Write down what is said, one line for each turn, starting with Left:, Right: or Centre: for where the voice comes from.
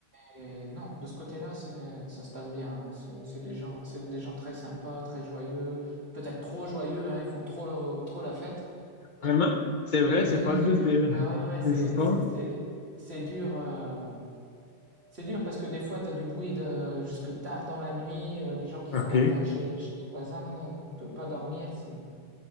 Right: Et non, de ce côté-là, c'est, ça se passe bien. hein. C'est, c'est des gens, c'est des gens très sympas, très joyeux. Peut-être trop joyeux. Hein. Ils font trop, le- trop la fête.
Left: Vraiment? C'est vrai, c'est
Right: <laughs>
Left: pas juste des,
Right: Ah ouais,
Left: <laughs>
Right: ouais, ouais,
Left: des
Right: c'est,
Left: histoires?
Right: c'est, c'est, c'est dur. euh, C'est dur parce que des fois, t'as du bruit de, jusque tard dans la nuit, euh, des gens qui
Left: OK.
Right: font la
Left: Est-ce
Right: fête chez, chez les voisins, euh, peut pas dormir, c'est,